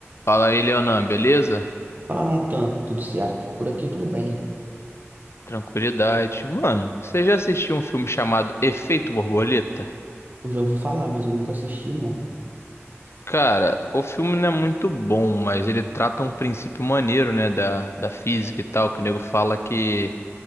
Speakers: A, on the left (about 60°); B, on the right (about 40°).
A: Fala aí, Leonan, beleza?
B: Fala, Natan, tudo certo? Por aqui tudo bem.
A: Tranquilidade. Mano, você já assistiu um filme chamado Efeito Borboleta?
B: Eu já ouvi falar, mas eu nunca assisti, não.
A: Cara, o filme não é muito bom, mas ele trata um princípio maneiro, né, da, da física e tal, que o nego fala que